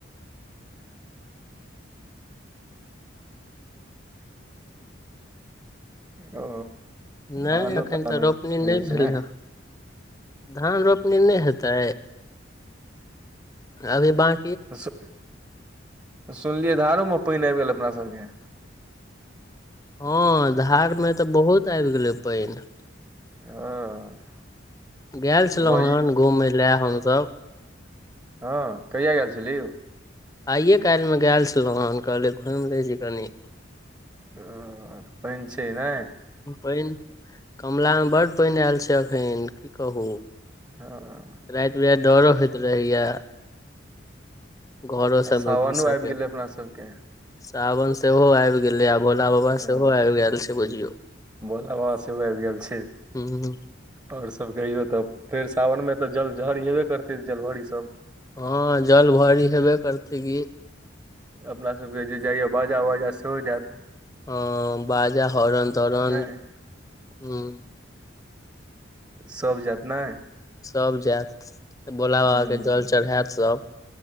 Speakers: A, on the right; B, on the left.
A: ओ
B: नहि
A: धानो
B: एखन
A: तानो
B: तऽ रोपनी नहि
A: होइ
B: भेलै
A: छै ने
B: हँ धान रोपनी नहि हेतै अभी बाँ
A: सु सुनलियै धारोमे पानि आबि गेल अपना सबके
B: हँ धार मे तऽ बहुत आबि गेलै पानि
A: हँ
B: गेल छलहुँ
A: बाजी
B: हन् घूमय लए हमसभ
A: हँ कहिया गेल छली यौ
B: आइए काल्ह मे गेल छलहुँ हेन कहलियै घुमि लै छी कनी
A: हॅं हं पैन छै नै
B: पनि कमलामे बड पनि आयल छै एखन की कहू
A: ह
B: राति बिराति डरो होइत रहैया घरो समे
A: सावनो
B: घुसऽके
A: आबि गेलै अपना सबके
B: सावन सेहो आइब गेलै आ भोला बाबा
A: हँ
B: सेहो आब गेल छै बुझियौ
A: भोला बाबा सेहो आइब गेल छै
B: ह
A: और सब कहियौ तब फेर सावनमे तऽ जलझरि हेबे करतै जलभरि सभ
B: हँ जल भरि हेबे करतै कि
A: अपना सबके जे जाइय बाजा ओजा सेहो जायत
B: हँ बाजा हरण तरण
A: नहि
B: हूं
A: सभ जति ने
B: सभ जेऽत भोला
A: हूँ
B: बाबाके जल चढ़ायत सभ